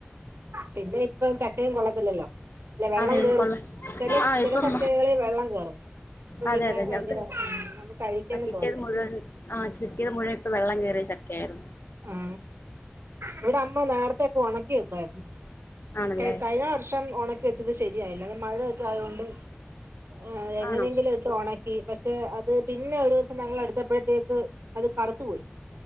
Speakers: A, on the right; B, on the left.
A: പിന്നെ ഇപ്പൊ ചക്കയും കൊള്ളത്തില്ലല്ലോ? അല്ല വെള്ളം
B: അതെ എനിക്കുള്ള
A: കെറും ചില
B: ആ
A: ചിലചക്കകളിൽ
B: ഇപ്പം
A: വെള്ളം കേറും അപ്പൊ
B: അതെ
A: പിന്നെ
B: അതെ
A: ഭയങ്കര
B: ഞങ്ങക്ക്
A: നമ്മ കഴിക്കാനും
B: കിട്ടിയത്
A: തോന്നത്തില്ല
B: മുഴുവൻ ആ കിട്ടിയത് മുഴുവൻ ഇപ്പൊ വെള്ളം കയറിയ ചക്കയായിരുന്നു
A: ആ ഇവിടെ അമ്മ നോര ക്കെ ഉണക്കി വെയ്കുമായിരുന്നു.
B: ആണല്ലേ
A: കയി കഴിഞ്ഞ വർഷം ഉണക്കി വെച്ചത് ശരിയായില്ല. മഴയൊക്കെ ആയൊണ്ട് ഏ എങ്ങനെങ്കിലും
B: ആണോ
A: ഇട്ട് ഒണ ഈ പക്ഷെ അത് പിന്നെ ഒരു ദിവസം ഞങ്ങൾ എടുത്തപ്പോഴത്തേക്ക് അത് കറുത്തുപോയി